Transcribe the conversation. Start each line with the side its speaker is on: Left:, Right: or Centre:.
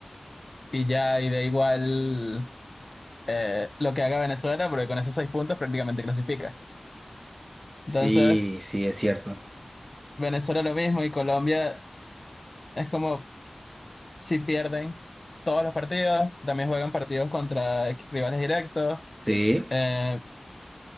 Left: y ya, y da igual eh, lo que haga Venezuela, porque con esos seis puntos prácticamente clasifica.
Right: sí,
Left: Entonces,
Right: sí, es cierto.
Left: Venezuela lo mismo y Colombia es como si pierden todos los partidos, también juegan partidos contra equ- rivales directos.
Right: Sí,
Left: Eh,